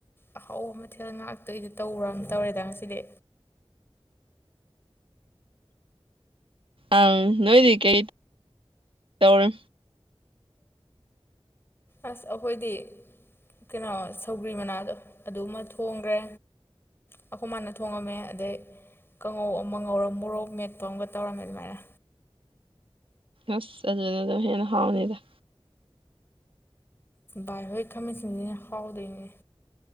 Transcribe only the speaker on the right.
ꯑꯪ ꯅꯣꯏꯗꯤꯀꯩ ꯇꯧꯔ
ꯑꯁ ꯑꯗꯨꯅ ꯑꯗꯨꯝ ꯍꯦꯟꯅ ꯍꯥꯎꯅꯤꯗ